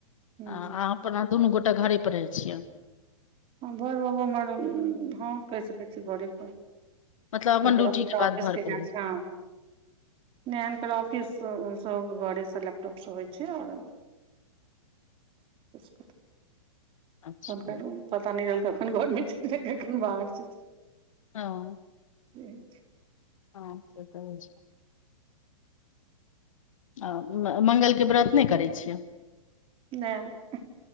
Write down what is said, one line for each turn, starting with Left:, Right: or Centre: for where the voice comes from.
Right: हूँ
Left: आ अपना दुनू गोटा घरे पर रहै छियै
Right: भरि बाबू हमर हँ कहि सकैत छी घरे परर
Left: मतलब अपन
Right: नकरा
Left: ड्यूटी के बाद
Right: ऑफिसके
Left: घर पर
Right: ग
Left: रहै
Right: ह ह पर ऑफिस घरे से लैपटॉप सब होय छै और
Left: <inaudible>
Right: <unintelligible>
Left: छियै। अच्छा
Right: पता नहि रहल कखन घरमे चित रहै कखन बाहर चित रहै
Left: हँ
Right: से हो छै
Left: हँ से तऽ होइज आ मगलके व्रत नहि करै छियै
Right: नहि